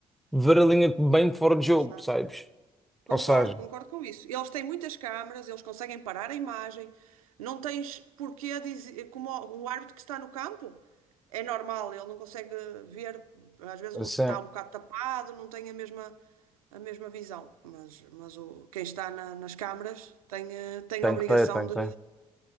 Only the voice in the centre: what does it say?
ver a linha bem de fora de jogo,
percebes?
Ou seja,
assim,
tem
que ter, tem
que ter.